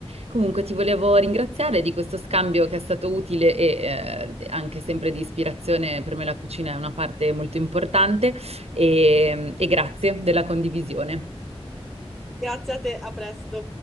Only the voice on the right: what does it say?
Comunque ti volevo ringraziare di questo scambio che è stato utile e eh, anche sempre di ispirazione. Per me la cucina è una parte molto importante e e grazie della condivisione.